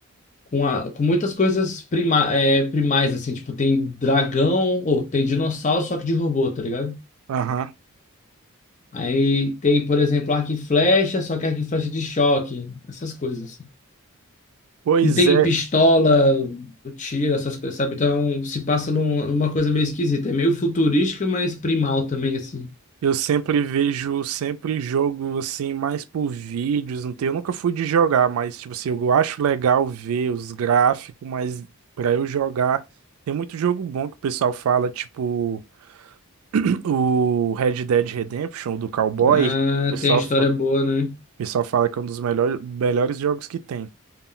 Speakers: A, on the left (about 35°); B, on the right (about 75°).
A: com, a- com muitas coisas prima, é, primais, assim, tipo, tem dragão, ou tem dinossauro, só que de robô, tá ligado?
B: Aham.
A: Aí tem, por exemplo, arco e flecha, só que arco e flecha de choque, essas coisas.
B: Pois
A: Não tem
B: é.
A: pistola, tiro, essas coisas, sabe? Então se passa num- numa coisa meio esquisita. É meio futurística, mas primal também, assim.
B: Eu sempre vejo, sempre jogo assim, mais por vídeos, não tem, eu nunca fui de jogar, mas tipo assim, eu acho legal ver os gráficos, mas pra eu jogar, tem muito jogo bom que o pessoal fala, tipo <clears throat> o Red Dead Redemption do Cowboy,
A: Ah,
B: o pessoal,
A: tem a história
B: fa- o
A: boa, né?
B: pessoal fala que é um dos melhores, melhores jogos que tem.